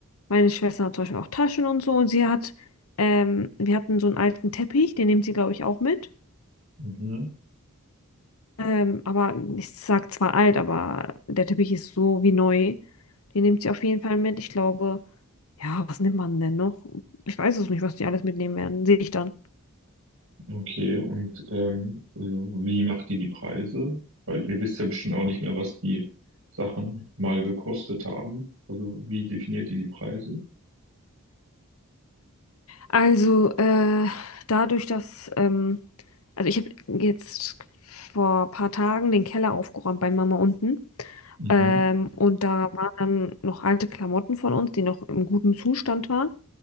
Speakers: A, on the left; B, on the right.
A: Meine Schwester hat zum Beispiel auch Taschen und so und sie hat, ähm, wir hatten so einen alten Teppich, den nimmt sie, glaube ich, auch mit.
B: Mhm.
A: Ähm, aber ich sag zwar alt, aber der Teppich ist so wie neu. Den nimmt sie auf jeden Fall mit. Ich glaube, ja, was nimmt man denn noch? Ich weiß es nicht, was die alles mitnehmen werden. Sehe ich dann.
B: Okay, und ähm, wie macht ihr die Preise? Weil ihr wisst ja bestimmt auch nicht mehr, was die Sachen mal gekostet haben. Also wie definiert ihr die Preise?
A: Also, äh, dadurch, dass, ähm, also ich habe jetzt vor ein paar Tagen den Keller aufgeräumt bei Mama unten.
B: Mhm,
A: Ähm, und da waren dann noch alte Klamotten von uns, die noch im guten Zustand waren.